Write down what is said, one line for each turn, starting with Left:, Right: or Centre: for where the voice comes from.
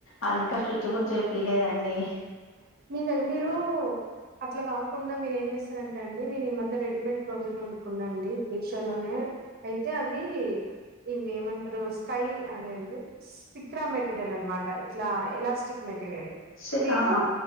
Left: అది ఇంకా
Right: ఉమ్
Left: స్టిచ్ కూడా చెపిలేదండి
Right: మీ దగ్గర మీరు అట్లా కాకుండా మీరు ఏం చేస్తారం అండి నేను ఈ మధ్య రెడీమేడ్ బ్లౌజులు అనుకున్నా అండి మీషో లోనే అయితే అవి ఇవి ఏమంటారు స్కై అది ఎంది సిక్రా మెటీరియల్ అనమాట ఇట్లా ఎలాస్టిక్ మెట్ టిరియల్
Left: సే
Right: మీరు
Left: ఆహా